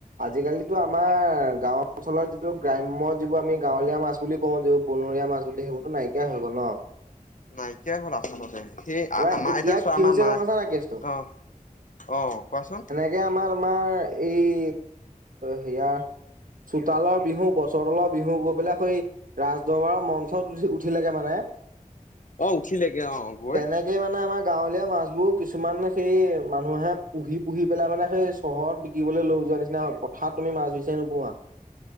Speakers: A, on the right; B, on the left.
A: আজিকালিতো আমাৰ গাঁও অঞ্চলৰ যিটো গ্ৰাম্য, যিবোৰ আমি গাঁৱলীয়া মাছ বুলি কওঁ, <unintelligible> বনৰীয়া মাছ বুলি সেইবোৰতো নাইকিয়া হৈ গ'ল, ন?
B: নাইকিয়া হ'ল আচলতে। সে
A: তোমাৰ
B: আ-আমা
A: এতিয়া
B: আয়তা চোৱা
A: কি
B: আমা
A: হৈছে
B: মা
A: গম পাইছা নাই কেছটো
B: অহ, অ', কোৱাচোন।
A: <unintelligible> আমাৰ, তোমাৰ এই হেয়াৰ চোতালৰ বিহু, গছৰ তলৰ বিহু গৈ পেলাই সেই ৰাজদৰবাৰৰ মঞ্চত উঠি-উঠিলেগে মানে।
B: অ' উঠিলেগে অ'। গৈ
A: তেনেকে মানে আমাৰ গাঁৱলীয়া মাছবোৰ, কিছুমান সেই মানুহে পুহি, পুহি পেলাই মানে সেই চহৰত বিকিবলৈ লৈই যোৱা নিচিনা হ'ল, পথাত তুমি মাছ বিচায়ি নোপোৱা।